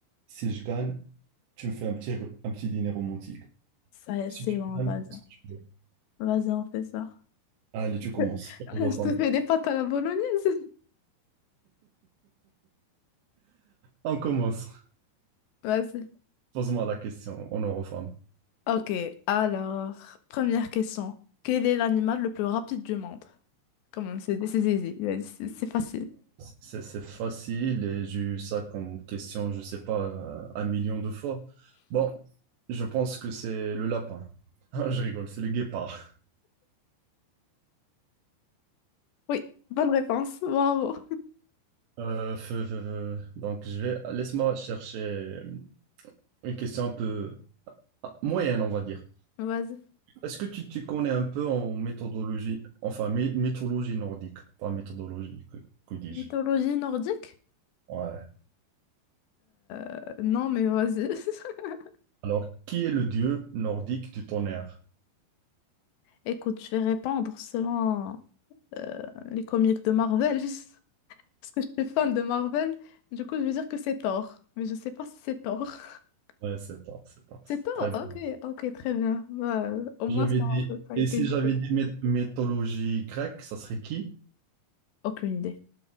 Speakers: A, on the right (about 80°); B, on the left (about 80°).
A: si je gagne, tu me fais un petit, un petit dîner romantique.
B: Ça,
A: Si
B: c'est
A: tu
B: bon,
A: gagnes,
B: vas-y.
A: c'est ce que tu veux.
B: Vas-y, on fait ça.
A: Allez, tu commences.
B: <laughs> Je
A: On referme.
B: te fais des pâtes à la bolognaise.
A: On commence.
B: <laughs> Vas-y.
A: Pose-moi la question, on en refait.
B: Ok, alors, première question. Quel est l'animal le plus rapide du monde? Comment c'est c'est easy, c'est c'est facile.
A: C'est c'est facile et j'ai eu ça comme question, je sais pas, euh, un million de fois. Bon, je pense que c'est le lapin. <laughs> Ah, Je rigole, c'est le guépard.
B: Oui, bonne réponse. Bravo.
A: Euh, feu, feu, feu. Donc, je vais... Laisse-moi chercher une question un peu ah, moyenne, on va dire.
B: Vas-y.
A: Est-ce que tu, tu connais un peu en méthodologie, enfin, my- mythologie nordique, pas méthodologie, que, que dis-je?
B: Mythologie nordique?
A: Ouais.
B: Euh, non, mais vas-y. <laughs>
A: Alors, qui est le dieu nordique du tonnerre?
B: Écoute, je vais répondre selon euh, les comics de Marvel, <laughs> parce que je suis fan de Marvel. Du coup, je vais dire que c'est Thor, mais je sais pas si c'est Thor. <laughs>
A: Ouais, c'est tard, c'est tard.
B: C'est
A: C'est
B: Thor?
A: très bon.
B: Ok, ok, très bien. Bah, euh, au
A: J'avais
B: moins, ça,
A: dit,
B: ça
A: et
B: a été...
A: si j'avais dit myth- mythologie grecque, ça serait qui?
B: Aucune idée.